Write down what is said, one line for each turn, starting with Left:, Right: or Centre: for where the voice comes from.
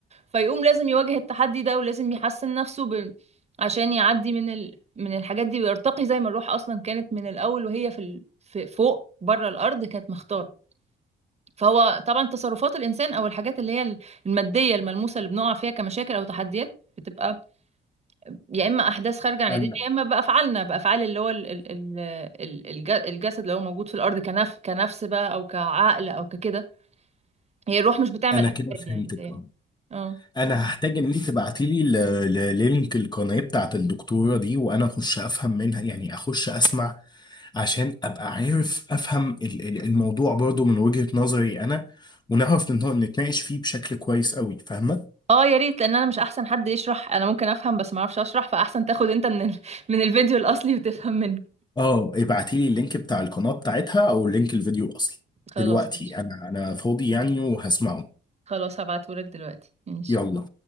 Right: فيقوم لازم يواجه التحدي ده ولازم يحسن نفسه ب... عشان يعدي من ال... من الحاجات دي ويرتقي زي ما الروح اصلا كانت من الاول وهي في ال... في فوق بره الارض كانت مختاره فهو طبعا تصرفات الانسان او الحاجات اللي هي الماديه الملموسه اللي بنقع فيها كمشاكل او تحديات بتبقى يا اما احداث خارجه عن
Left: انا
Right: ايدينا يا اما بافعالنا بافعال اللي هو ال- ال- ال- ال- الج- الجسد اللي هو موجود في الارض كنف كنفس بقى او كعقل او ككده هي الروح مش بتعمل
Left: انا
Right: افعال
Left: كده فهمتك
Right: يعني متهيألي.
Left: آه.
Right: اه
Left: انا هحتاج ان انت تبعتي لي ل- ل- لينك القناه بتاعت الدكتوره دي وانا اخش افهم منها يعني اخش اسمع عشان ابقى عارف افهم ال- ال- الموضوع برضو من وجهه نظري انا ونعرف نت- نتناقش فيه بشكل كويس قوي فاهمه
Right: اه يا ريت لان انا مش احسن حد يشرح انا ممكن افهم بس ما اعرفش اشرح فاحسن تاخد انت من ال... <laughs> من الفيديو الاصلي وتفهم منه
Left: اه ابعتي لي اللينك بتاع القناه بتاعتها او لينك الفيديو اصلا
Right: خلاص
Left: دلوقتي
Right: ماشي.
Left: انا انا فاضي يعني وهسمعه
Right: خلاص هبعتهولك دلوقتي ماشي
Left: يلا